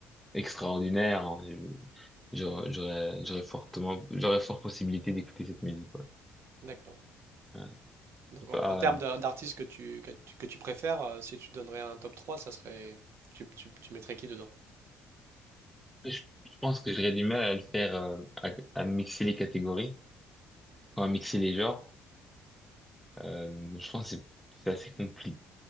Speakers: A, in the centre; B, on the right.
A: extraordinaires, hein, je- j'aurais j'aurais j'aurais fortement, j'aurais fort possibilité d'écouter cette musique. Ouais.
B: d'accord.
A: Ouais.
B: Donc
A: Je sais
B: en,
A: pas.
B: en termes de- d'artistes que tu, que tu, que tu préfères, euh, si tu donnerais un top 3, ça serait, tu, tu, tu mettrais qui dedans?
A: Je, je pense que j'aurais du mal à le faire, euh, à, à mixer les catégories, enfin, à mixer les genres. Euh, je pense que c'est c'est assez compliqué.